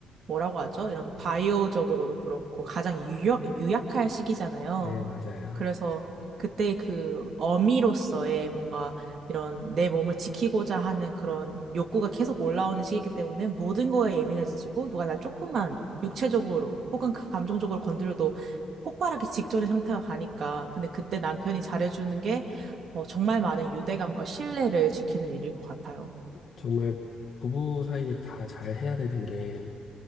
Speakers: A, on the right; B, on the left.
A: 뭐라고 하죠? 이런 바이오적으로도 그렇고 가장 유약, 유약할 시기잖아요.
B: 네, 맞아요.
A: 그래서 그때 그 어미로서의 뭔가 이런 내 몸을 지키고자 하는 그런 욕구가 계속 올라오는 시기이기 때문에 모든 거에 예민해지고 누가 날 조금만 육체적으로 혹은 감정적으로 건드려도 폭발하기 직전의 상태가 가니까. 근데 그때 남편이 잘해주는 게 어, 정말 많은 유대감과 신뢰를 지키는 일일 것 같아요.
B: 정말 부부 사이에 다 잘해야 되는 게,